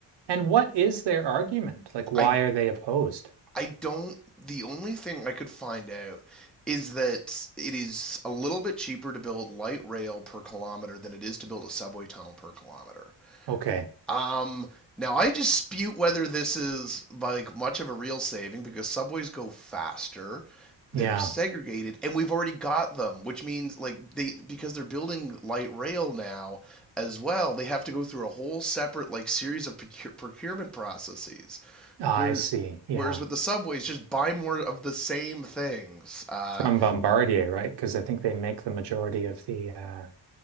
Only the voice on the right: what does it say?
And what is their argument? Like, why
are they opposed?
Okay.
Yeah,
I
see. Yeah.
From Bombardier, right? Because I think they make the majority of the uh